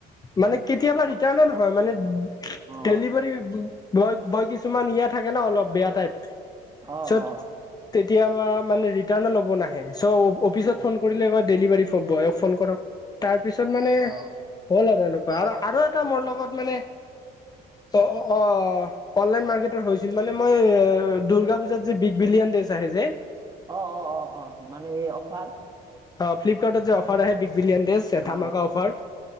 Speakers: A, on the left; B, on the right.
A: মানে কেতিয়াবা
B: অ
A: ৰিটাৰ্ণো নহয় মানে
B: অ
A: ডেলিভাৰী ব বয় কিছুমান ইয়া থাকে ন অলপ বেয়া টাইপ
B: অ
A: চত
B: অ
A: তেতিয়াবা মানে ৰিটাৰ্ণো ল'ব নাহে চ অফিচত
B: উম।
A: ফোন দেলিভাৰ বয়ক ফোনকৰ তাৰপিছত মানে
B: অ
A: হ'ল আৰু আৰু আৰু এটা মোৰ লগত মানে। অ অ অনলাইন মাৰ্কেটত হৈছিল মানে মই দুৰ্গা পুজাত যে বিগ বিলি। ডেছ আহে যে।
B: অ অ অ অ মানে এই অফাৰ।
A: অ ফ্লিপকাৰ্টত যে অফাৰ আহে বিগ। বিলিয়নডেছ ধামাকা
B: অ
A: অফাৰ